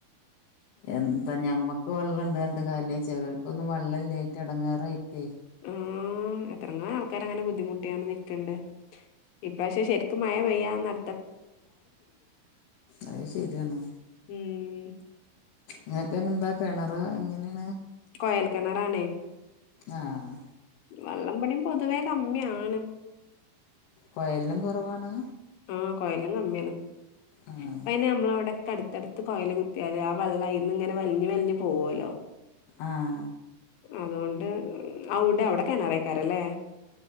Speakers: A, on the left; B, on the left.
A: എന്താഞമ്മക്ക് വള്ളംണ്ട് പർഞ്ഞിട്ട്കാര്യല്ല്യാ ചേലോൽക്കൊന്നും വള്ളല്ലായിട്ട് എടങ്ങേറായിട്ടേയ്.
B: ഉം എത്രങ്ങാനും ആൾക്കാര് അങ്ങനെ ബുദ്ധിമുട്ടിയാണ്ട് നിക്ക്ണ്ട്. ഇപ്രാവിശ്യം ശെരിക്ക് മഴപെയ്യാന്നട്
A: അഹ് ശെരിയാണ്.
B: ഉം
A: ഇങ്ങക്ക്എന്താ കെണറ് എങ്ങനെണ്?
B: കൊയൽ കെണറാണ്.
A: ആഹ്
B: വള്ളംഇബടിം പൊതുവേകമ്മിയാണ്
A: വയൽലും കൊറവാണ്.
B: ആഹ് കൊയല്ലുംകമ്മിയാണ്
A: ആഹ്
B: ഇപ്പയ്ന് ഞമ്മളെഅവ്ടേ ക്കെഅടുത്തടുത്ത് കൊയൽ കുത്തിയാല് ആഹ് വള്ളം അയിൽന്ന് ഇങ്ങനെ വലിഞ് വലിഞ് പോവോലോ
A: ആഹ്
B: അതോണ്ട് അവുടെ അവുടെ കെണറക്കാരിംലേ